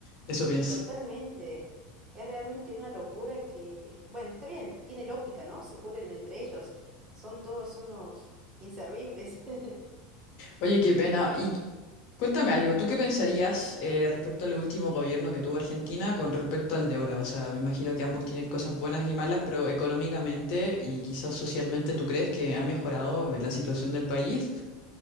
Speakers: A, on the left (about 60°); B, on the right (about 25°).
A: Eso pienso.
B: Totalmente. Es realmente una locura que, bueno, está bien, tiene lógica, ¿no? Se cubren entre ellos. Son todos unos inservibles. <laughs>
A: Oye, qué pena. ¿Y Cuéntame algo, ¿tú qué pensarías eh, respecto al último gobierno que tuvo Argentina con respecto al de ahora? O sea, me imagino que ambos tienen cosas buenas y malas, pero económicamente y quizás socialmente, ¿tú crees que ha mejorado la situación del país